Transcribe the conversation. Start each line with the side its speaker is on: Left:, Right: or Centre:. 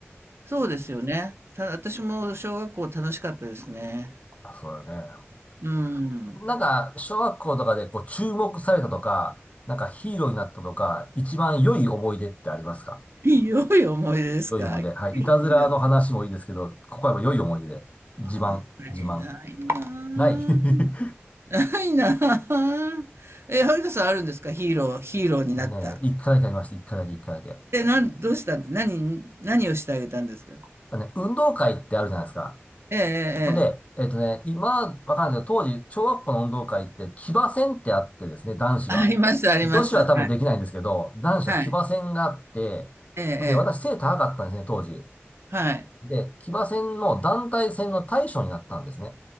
Right: そうですよね。た私も小学校楽しかったですね。
Left: あ、そうだね。
Right: うん。
Left: なんか、小学校とかでこう注目されたとか、なんかヒーローになったとか、一番良い思い出ってありますか
Right: 良い思い出ですか？
Left: 良い思い出。
Right: 良い思い出、
Left: はい。いたずらの話もいいですけど、ここはやっぱ良い思い出で。自慢、
Right: あんまりないなぁ。
Left: 自慢。ない。<laughs>
Right: ないなぁ。え、はるかさんあるんですか？ヒーローヒーローになった。
Left: 僕ね、一回だけありました。一回だけ、一回だけ。
Right: で、なん、どうしたんです、何何をしてあげたんですか？
Left: ね、運動会ってあるじゃないですか。
Right: ええええ
Left: ほんで、
Right: ええ。
Left: えっとね、今、わかんないけど、当時、小学校の運動会って、騎馬戦ってあってですね、男子は。
Right: ありますあります。
Left: 女子は多分できないんですけど、
Right: はい。
Left: 男子は騎馬戦があって、
Right: はい。ええええ。
Left: ほんで、私背高かったんですね、当時。
Right: はい。
Left: で、騎馬戦の団体戦の大将になったんですね。